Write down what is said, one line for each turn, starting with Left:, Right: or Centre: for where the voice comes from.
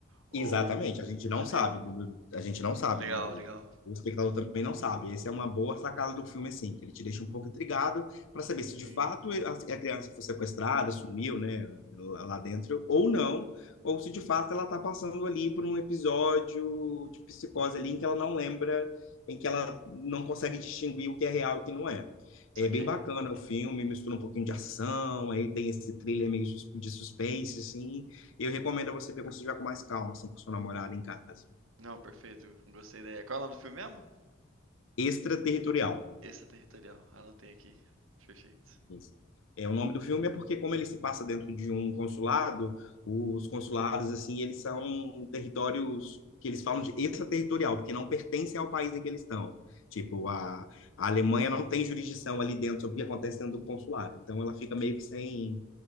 Right: Ou
Left: Exatamente, a gente
Right: é
Left: não
Right: maneiro.
Left: sabe, a gente não sabe,
Right: Legal,
Left: né?
Right: legal.
Left: O espectador também não sabe. Essa é uma boa sacada do filme, assim, que ele te deixa um pouco intrigado para saber se
Right: Sim,
Left: de fato a a criança foi sequestrada, sumiu, né, lá lá dentro, ou não, ou se de fato ela está passando ali por um episódio de psicose ali em que ela não lembra, em que ela não consegue distinguir o que é real e o que não é.
Right: saquei.
Left: É bem bacana o filme, mistura um pouquinho de ação, aí tem esse thriller meio sus- de suspense, assim. Eu recomendo a você ver quando você estiver com mais calma, assim, com seu namorado em casa.
Right: Não, perfeito. Gostei da ideia. Qual é o nome do filme mesmo?
Left: Extraterritorial.
Right: Extraterritorial. Anotei aqui. Perfeito.
Left: Isso. É, o nome do filme é porque, como ele se passa dentro de um consulado, os consulados, assim, eles são territórios que eles falam de extraterritorial, porque não pertencem ao país em que eles estão. Tipo, a, a Alemanha não tem jurisdição ali dentro sobre o que acontece dentro do consulado. Então, ela fica meio que sem,